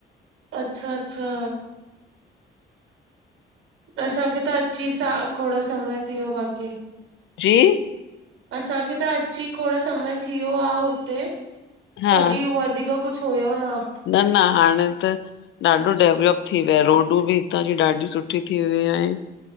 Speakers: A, on the right; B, on the left.
A: अच्छा अच्छा! त असांखे त अची स- खोड़ समय थी वियो बाक़ी।
B: जी?
A: असांखे त अची खोड़ समय थी वियो आ हुते,
B: हा
A: तॾी हूअ वधीक कुछ हुयो न।
B: न न हाणे त ॾाढो डेवलप थी वियो आ, रोडूं बि हितां जी ॾाढी सुठी थी वयूं आहिन।